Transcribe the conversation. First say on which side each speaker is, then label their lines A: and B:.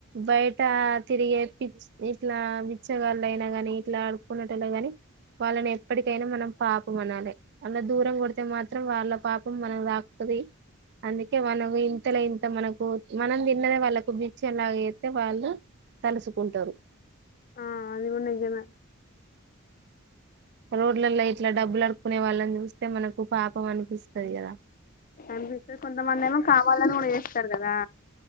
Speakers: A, on the right; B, on the left.
A: బయట తిరిగే <unintelligible> ఇట్లా బిచ్చగాళ్లు అయినాగాని ఇట్లా ఆడుకున్నట్లా గాని వాళ్ళని ఎప్పటికైనా మనం పాప మనాలి అలా దూరం కొడితే మాత్రం వాళ్ళ పాపం మనకు దాకుతది అందుకే మనం ఇంతలో ఇంత మనకు మనం తిన్నదే వాళ్ళకు బిక్షలాగ ఎతే వాళ్ళు తలుసుకుంటారు
B: ఆ అది కూడా నిజమే
A: రోడ్లలో ఇట్లా డబ్బులు అడుకునే వాళ్ళని చూస్తే మనకు పాపం అనిపిస్తుది కదా
B: కనిపిస్తే కొంతమంది ఏమో కావాలని ఊడి చేస్తారు కదా